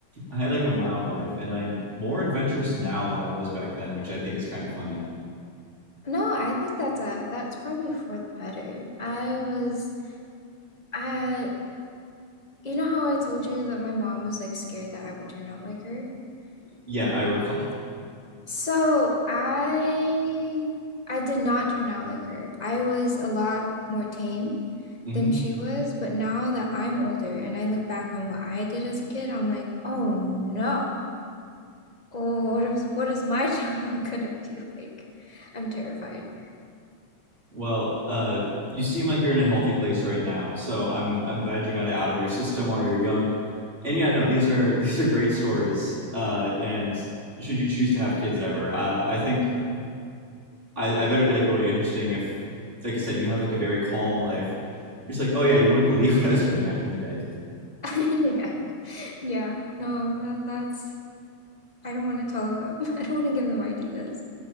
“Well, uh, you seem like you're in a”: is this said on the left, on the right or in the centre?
Right